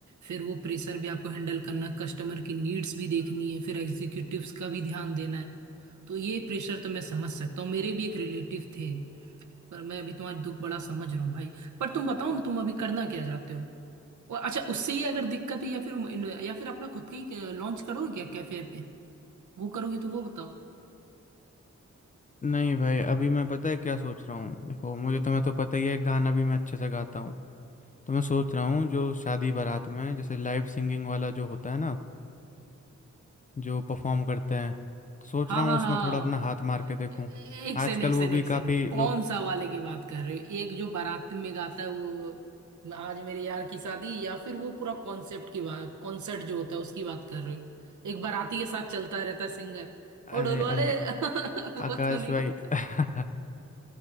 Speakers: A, on the right; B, on the left.
A: फिर वो प्रेशर भी आपको हैंडल करना कस्टमर की नीड्स भी देखनी है फिर एग्जीक्यूटिव्स का भी ध्यान देना है तो ये प्रेशर तो मैं समझ सकता हूँ मेरे भी एक रिलेटिव थे पर मैं अभी तुम्हारा दुख बड़ा समझ रहा हूँ भाई पर तुम बताओ ना तुम अभी करना क्या चाहते हो और अच्छा उससे ही अगर दिक्कत है या फिर या फिर अपना खुद का ही लॉन्च करोगे क्या कैफे पे वो करोगे तो वो बताओ
B: नहीं भाई अभी मैं पता है क्या सोच रहा हूँ देखो मुझे तुम्हें तो पता ही है गाना भी मैं अच्छे से गाता हूँ तो मैं सोच रहा हूँ जो शादी बारात में जैसे लाइव सिंगिंग वाला जो होता है ना जो परफॉर्म करते हैं तो सोच
A: हाँ
B: रहा
A: हाँ
B: हूँ उसमें
A: हाँ
B: थोड़ा
A: हाँ।
B: अपना हाथ मार के देखूँ
A: एक सेकंड
B: आजकल
A: एक सेकंड
B: वो भी
A: एक
B: काफ़ी
A: सेकंड कौन
B: लोग
A: सा वाले की बात कर रहे हो एक जो बारात में गाता है वो आज मेरे यार की शादी या फिर वो पूरा कॉन्सेप्ट की बात कॉन्सर्ट जो होता है उसकी बात कर रहे हो एक बाराती के साथ चलता रहता है सिंगर
B: अरे
A: वो ढोल वाले
B: अरे
A: <laughs> वो
B: आकाश
A: तो नहीं
B: भाई
A: बोला।
B: <laughs>